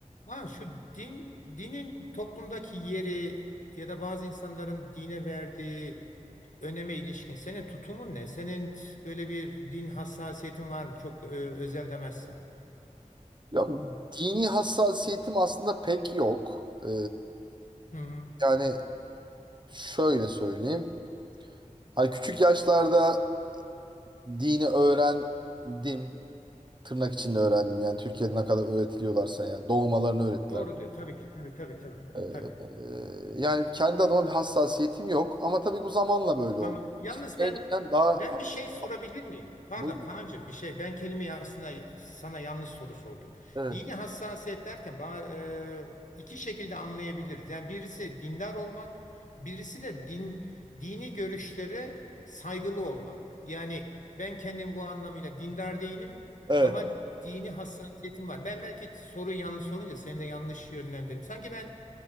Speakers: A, on the left (about 70°); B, on the right (about 35°).
A: Ha şu din dinin toplumdaki yeri ya da bazı insanların dine verdiği öneme ilişkin senin tutumun ne? Senin t- böyle bir din hassasiyetin var mı? Çok e, özel demezsen.
B: Ya, dini hassasiyetim aslında pek yok. Ee,
A: Hı, hı.
B: yani şöyle söyleyeyim. Hani küçük yaşlarda dini öğrendim. Tırnak içinde öğrendim. Yani Türkiye'de ne kadar öğretiliyorlarsa yani. Doğmalarını öğrettiler.
A: doğru diyor. Tabii ki. Tabii tabii tabii.
B: Ee,
A: Tabii.
B: e, yani kendi adıma bir hassasiyetim yok. Ama tabii bu zamanla böyle oldu.
A: Ama yalnız
B: Yani
A: ben
B: daha
A: ben
B: hassas.
A: bir şey sorabilir miyim? Pardon
B: Bu,
A: Kaan'cığım bir şey ben kelimeyi aslında sana yanlış soru sordum.
B: evet.
A: Dini hassasiyet derken ba- e, iki şekilde anlayabiliriz. Yani birisi dindar olmak, birisi de din dini görüşlere saygılı olmak. Yani ben kendim bu anlamıyla dindar değilim
B: Evet.
A: ama dini hassasiyetim var. Ben belki soruyu yanlış sorunca seni de yanlış yönlendirdim. Sanki ben